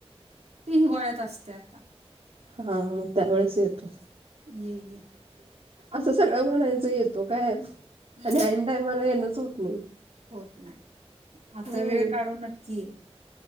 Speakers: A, on the right; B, on the right.
A: ते हिवाळ्यात असतंय आता.
B: हां मग त्यावेळेस येतो.
A: ये ये.
B: असं सगळं म्हणायचं येतो काय
A: हं.
B: आणि ऐन टायमाला येणच होत नाही.
A: होत नाही, आता
B: हम्म
A: वेळ काढून नक्की ये.